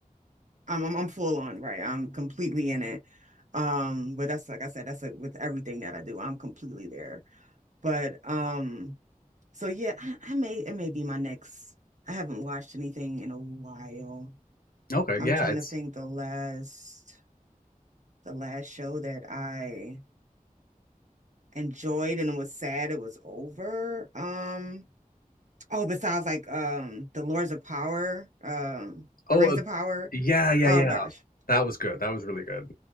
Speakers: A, on the right; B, on the left.
A: I'm, I'm I'm full on, right? I'm completely in it. Um, but that's like I said, that's like with everything that I do, I'm completely there. But um, so yeah, I, I may it may be my next. I haven't watched anything in a while.
B: Okay,
A: I'm
B: yeah,
A: trying
B: it's
A: to think the last. the last show that I enjoyed and was sad it was over. Um, oh, besides like um The Lords of Power, um,
B: oh,
A: The Rings
B: uh
A: of Power.
B: yeah, yeah,
A: Oh
B: yeah.
A: gosh.
B: That was good, that was really good.